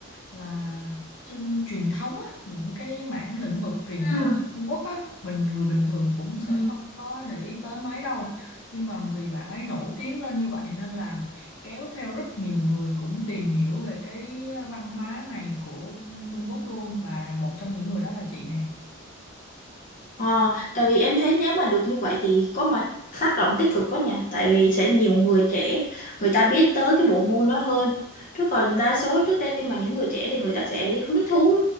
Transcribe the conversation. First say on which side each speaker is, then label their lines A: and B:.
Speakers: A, on the left; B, on the left.
A: là chân truyền thống á những cái mảng lĩnh vực truyền
B: Ừ,
A: thống Trung Quốc á bình người bình thường cũng sẽ
B: ừ.
A: không có để ý tới mấy đâu nhưng mà vì bạn ấy nổi tiếng lên như vậy nên là kéo theo rất nhiều người cũng tìm hiểu về cái ờ, văn hóa này của Trung Quốc luôn và một trong những người đó là chị nè
B: Ờ, tại vì em thấy nếu mà được như vậy thì có mà tác động tích cực quá nha tại vì sẽ nhiều người trẻ người ta biết tới cái bộ môn đó hơn chứ còn đa số trước đây mà những người trẻ thì người ta sẽ hứng thú